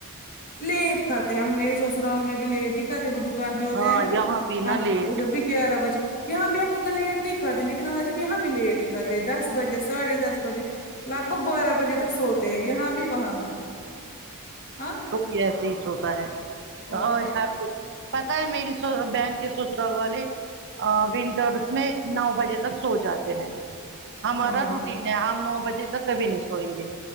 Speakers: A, on the left (about 40°); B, on the right (about 55°).
A: لیٹ کھاتے ہم میرے سسرال میں بھی لیٹ ہی کھاتے وہ دکان پے ہوتے
B: ہاں
A: ہیں نا
B: یہاں بھی نا
A: ہم
B: لیٹ
A: ادھر بھی گیارہ بجے یہاں پے ہم اتنا لیٹ نہیں کھاتے لیکن آج ہم یہاں بھی لیٹ ہی کاتے دس بجے ساڑھے دس بجے لگ بھگ بارہ بجے تک سوتے ہیں یہاں بھی وہاں بھی ہاں
B: یے ایسے ہی سوتا ہے
A: اور
B: آج
A: کیا
B: ہر کوئی پتہ ہے میری بہن کے سسرال والے ہے آ ونٹرس میں نو بجے تک سو جاتے ہیں ہمارا
A: ہاں
B: روٹین ہے ہم نو بجے تک کبھی نہیں سوئیں گے